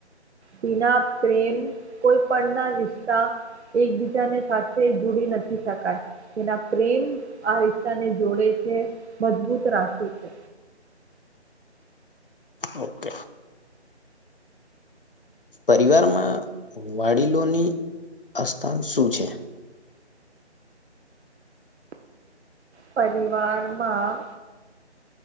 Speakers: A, on the right; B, on the left.
A: વિના પ્રેમ કોઈ પણ ના રિશ્તા એકબીજાને સાથે જોડી નથી શકાય તેના પ્રેમ આ રિસ્તાને જોડે છે મજબૂત રાખે છે
B: ઓકે પરિવારમાં વડીલોની અસ્થાન શું છે
A: પરીવારમાં